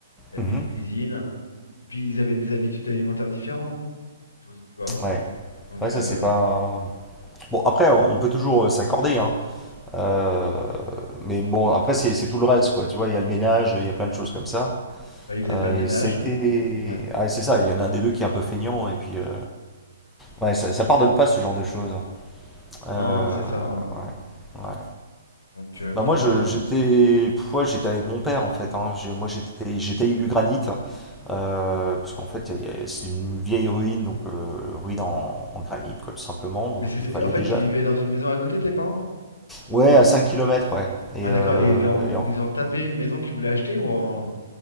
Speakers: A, on the left; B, in the centre.
A: t'as
B: Mhm.
A: une cuisine. Et puis, ils avaient des habitudes alimentaires différentes, tous, tu vois.
B: Ouais,
A: Donc,
B: ouais, ça
A: euh,
B: c'est pas. Bon, après, on peut toujours euh, s'accorder, hein. Euh, Mais bon, après, c'est c'est tout le reste, quoi. Tu vois, il y a le ménage, il y a plein de choses comme ça.
A: Bah, il faisait
B: Euh,
A: pas le ménage,
B: et ça a été.
A: donc ouais.
B: Ah, c'est ça, il y en a un des deux qui est un peu feignant, et puis euh, Ouais, ça, ça pardonne pas ce genre de choses. Euh,
A: Non, c'est ça. hein.
B: ouais, ouais.
A: Donc euh, non,
B: Bah moi,
A: non.
B: je-
A: euh,
B: j'étais, pff, ouais, j'étais avec mon père en fait. hein. J'ai- Moi, j'étais, j'étais élu granit euh, parce qu'en fait, il y a- c'est une vieille ruine, donc euh, ruine en, en granit, quoi, tout simplement. Donc
A: Mais c'est,
B: il
A: c'est-
B: fallait
A: en fait,
B: déjà,
A: ils vivaient dans une maison à côté, tes parents?
B: ouais, à cinq kilomètres ouais. Et,
A: Ah d'accord.
B: euh,
A: Et ils leur- vous-
B: et en,
A: ils ont tapé une maison qu'ils voulaient acheter ou revendre?